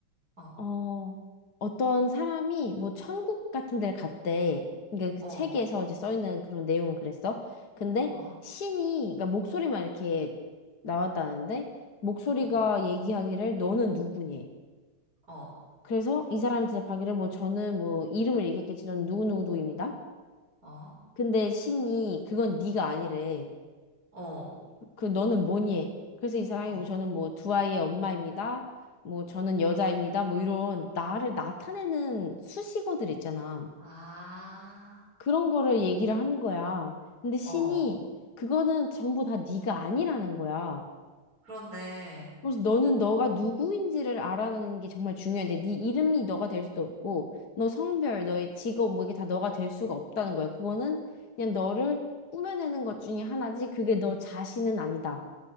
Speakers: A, on the right; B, on the left.
A: 어,
B: 어, 어떤 사람이 뭐 천국 같은 데를 갔대. 그러니까 그
A: 어,
B: 책에서 이제 써 있는 그런 내용은 그랬어. 근데
A: 어,
B: 신이, 그러니까 목소리만 이렇게 나왔다는데, 목소리가
A: 응,
B: 얘기하기를 너는 누구니?
A: 어,
B: 그래서 이 사람이 대답하기를 뭐 저는 뭐 이름을 얘기했겠지, 넌 누구누구누구입니다.
A: 어, 어,
B: 근데 신이 그건 네가 아니래.
A: 어,
B: 그 너는 뭐니? 해? 그래서 이 사람이
A: 어,
B: 뭐 저는 뭐 두 아이의 엄마입니다. 뭐 저는
A: 어.
B: 여자입니다. 뭐 이런 나를 나타내는 수식어들 있잖아.
A: 아,
B: 그런 거를 얘기를 하는 거야. 근데 신이
A: 어,
B: 그거는 전부 다 네가 아니라는 거야.
A: 그렇네.
B: 그래서 너는 너가 누구인지를 알아내는 게 정말 중요한데 네 이름이 너가 될 수도 없고 너 성별, 너의 직업 뭐 이게 다 너가 될 수가 없다는 거야. 그거는 그냥 너를 꾸며내는 것 중에 하나지 그게 너 자신은 아니다.